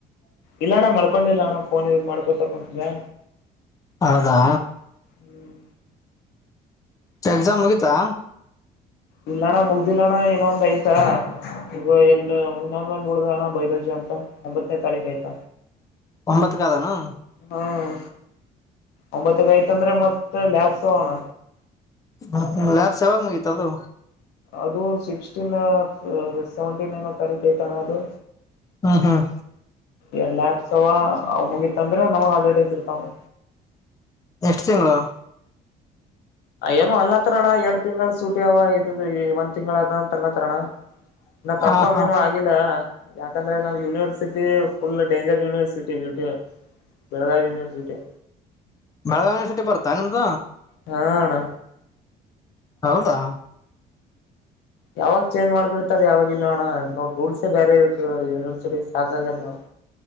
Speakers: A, on the left; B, on the left.
A: ಇಲ್ಲ ಅಣ್ಣ ಮಲ್ಕೊಂಡಿಲ್ಲ ಅಣ್ಣ ಫೋನ್ ಯೂಸ್ ಮಾಡ್ಕೊತ ಕುಂತಿದ್ದೆ.
B: ಹೌದಾ.
A: ಹ್ಮ್
B: ಚ್ ಎಕ್ಸಾಮ್ ಮುಗಿತಾ.
A: ಇಲ್ಲಣ್ಣ ಮುಗ್ದಿಲ್ಲಣ್ಣ ಇನ್ನೊಂದ್ ಐತೆ. ಈಗ ಎಲ್ಲ ಇನ್ನೊಂದು ಉಳಿದದ್ ಅಣ್ಣ ಬಯೊಲಾಜಿ ಅಂತ ಒಂಬತ್ತನೇ ತಾರೀಕು ಐತ.
B: ಒಂಬತ್ತು ಕಾದನೋ
A: ಹ್ಮ್ ಒಂಬತ್ತಕೈತಂದ್ರೆ ಮತ್ತೆ ಲ್ಯಾಬ್ಸ ಅವಣ್ಣ.
B: ಹ್ಮ ಹ್ಮ್ ಲ್ಯಾಬ್ಸ್ ಯವಾಗ್ ಮುಗೀತದು.
A: ಅದು ಸಿಕ್ಸ್ಟೀನ್ ಸೆವೆಂಟೀನ್ ಏನೋ ಕರಿತೈತಣ್ಣ ಅದು.
B: ಹ್ಮ್ ಹ್ಮ್
A: ಏ ಲ್ಯಾಬ್ಸ್ ಅವ ಅವ್ ಮುಗಿತಂದ್ರೆ ನಮಗ್ ಹಾಲಿಡೇಸ್ ಇರ್ತಾವಣ.
B: ಎಷ್ಟು ತಿಂಗಳು
A: ಏನು ಅನ್ಲತಾರಣ್ಣ ಎರಡ್ ತಿಂಗಳು ಸೂಟಿ ಅವ ಇದ ಈ ಒಂದ್ ತಿಂಗಳ ಅದ ಅಂತ ಅನ್ನತ್ತಾರಣ. ನ
B: ಹ
A: ಕಂಫಾರ್ಮ್
B: ಹಾ
A: ಏನು ಆ ಇಲ್ಲಾ ಯಾಕಂದ್ರೆ ನಮ್ university full danger university V T U. Belagavi university.
B: Belgaum university ಬರ್ತಾ ನಿಮ್ಗ.
A: ಹಾ ಅಣ್ಣ
B: ಹೌದಾ
A: ಯಾವಾಗ ಚೇಂಜ್ ಮಾಡ್ಬಿಡ್ತಾರೆ ಯಾವಾಗ ಇಲ್ಲ ಅಣ ನೋಡ್ ರೂಲ್ಸೇ ಬೇರೆ ಇರ್ತದೆ ಯೂನಿವರ್ಸಿಟಿಗ್ ಸಾಕಾಗ್ಯದ್ ನೋಡ್